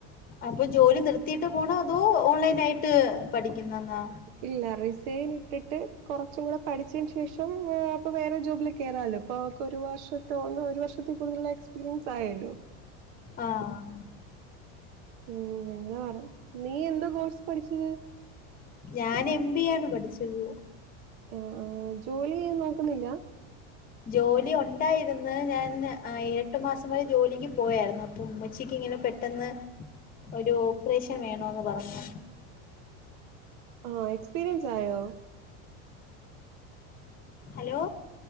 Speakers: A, on the left (about 25°); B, on the right (about 60°).
A: അപ്പൊ ജോലി നിർത്തിയിട്ട് പോണൊ അതോ ഓൺലൈൻ ആയിട്ട് പഠിക്കുന്നെന്നാ.
B: ഇല്ല റിസൈൻ ഇട്ടിട്ട് കുറച്ചും കൂടെ പഠിച്ചതിന് ശേഷം അപ്പൊ വേറെ ജോബില് കേറാലോ. അപ്പൊ അവൾക്ക് ഒരു വർഷത്ത ഒന്ന ഒരു വർഷത്തിൽ കൂടുതുള്ള എക്സ്പീരിയൻസ് ആയല്ലോ.
A: ആഹ്.
B: ഉം അങ്ങനെ വേണം നീ എന്തോ കോഴ്സ് പഠിച്ചത്.
A: ഞാൻ എം ബി എ ആണ് പഠിച്ചത്.
B: ആഹ് ആഹ് ജോലീ നോക്കുന്നില്ല?
A: ജോലി ഉണ്ടായിരിന്ന് ഞാൻ ആ എട്ട് മാസം വരെ ജോലിക്ക് പോയായ്രുന്നു അപ്പൊ ഉമ്മച്ചിക്ക് ഇങ്ങനെ പെട്ടെന്ന് ഒരു ഓപ്പറേഷൻ വേണോന്ന് പറഞ്ഞു
B: ആഹ് എക്സ്പീരിയൻസ് ആയോ?
A: ഹലോ.